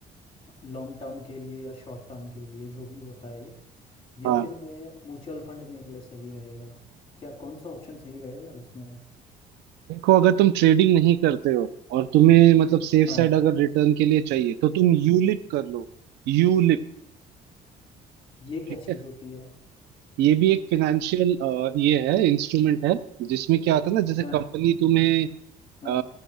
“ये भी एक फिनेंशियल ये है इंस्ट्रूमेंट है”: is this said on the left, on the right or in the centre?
Right